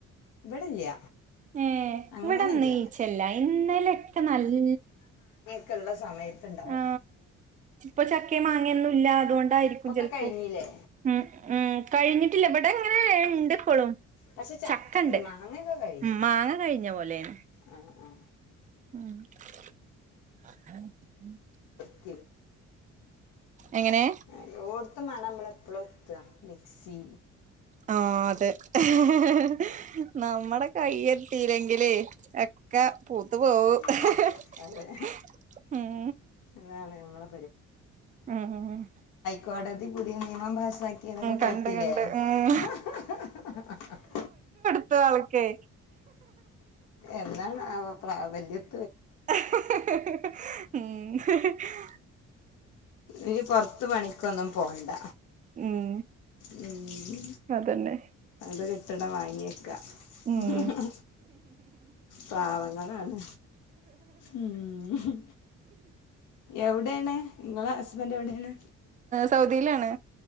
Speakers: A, on the left (about 85°); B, on the right (about 25°).
A: ഇവിടെ ഇല്ല
B: ഉ
A: അങ്ങനില്ല
B: ഇവിടെ നീച്ചല്ല ഇന്നലൊക്കെ നല്ല
A: ക്കള്ള സമയത്ണ്ടാവും
B: ആ ഇപ്പൊ ചക്കേം മാങ്ങൊന്നു ഇല്ല അതുഓണ് ആയിരിക്കും
A: ഇപ്പൊക്കെ
B: ചലപ്പോ
A: കഴിഞ്ഞില്ലേ
B: ഉം ഉം കഴിഞ്ഞിട്ടില്ല ഇവിടെ എങ്ങനെ ഇ ണ്ട് ഇപ്പളും
A: പക്ഷെ ചക്ക
B: ചക്കണ്ട്
A: ഉണ്ട് മാങ്ങയൊക്കെ കഴിഞ്ഞു
B: ഉം മാങ്ങ കഴിഞ്ഞ പോലെയാ
A: ആ ആ
B: ണ് ഉം <inaudible>
A: <unintelligible>
B: എങ്ങനെ
A: എല്ലോടത്തും മാണം ഞമ്മള് <unintelligible> മിക്സി
B: ആ അതെ ഏഹ ഹാ നമ്മുടെ കയ്യെത്തില്ലെങ്കിലെ ഒക്കെ പൂത്ത് പോവും
A: ഉം,
B: ഏഹ്ഹ് ഹേ
A: അതെ അതാണ് നമ്മളെ
B: ഉം ഉം ഹ്
A: കോടതി പുതിയ നിയമം പാസാക്കിയതൊക്കെ
B: കണ്ട്
A: കെട്ടില്ലേ
B: കണ്ട് ഉം
A: ഹ് ഹ് ഹ് ഹ്
B: ത്ത് ആൾക്കെ
A: എന്നാണാവോ പ്രാപ്യത്തി
B: ഹ ഹ ഹ ഹ ഉം ഹ് ഹു
A: ഇജ് പുറത്ത് പണിക്ക ണിക്കൊന്നും പോണ്ട
B: ഉം
A: മ്ഹ്
B: അതന്നെ
A: അത്കിട്ടണെ വാങ്ങിയക്ക
B: ഉം
A: ഹ ഹ പാവങ്ങളാണ് ഉം ഹ് എവിടൊണ് നിങ്ങളെ ഹസ്ബൻറ് എവിടെയാണ്
B: സൗദിയിലാണ്